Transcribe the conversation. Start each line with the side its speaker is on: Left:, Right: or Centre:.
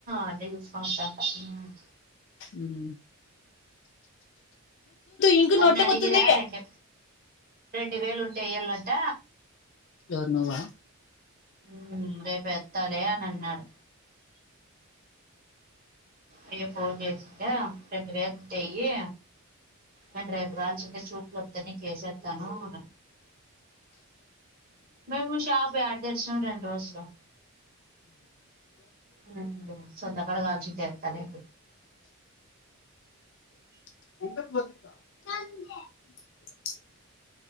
Right: అన్ని చూసుకుని వస్తాడంట
Left: మ్మ్ ఇంకు
Right: నన్ని
Left: నోట్లోకొత్తుంది
Right: అడిగిరా రెండు, రెండు వేలు ఉంటే ఏయాలంట
Left: ఎవరు నువ్వా
Right: హ్మ్ రేపు ఎత్తాలే అని అన్నాడు. అయ్యో ఫోన్ చేసిందా రెండు వేలు ఉంటే ఎయ్యి నేను రేపు కావాల్చుంటే చూపులోత్తే నీకేసేత్తాను అన మేము షాప్ యడ తెరిచినం రెండు రోజులు మ్మ్ సంతకాడ కావాల్చింటే ఏత్తాలే <inaudible>
Left: <unintelligible>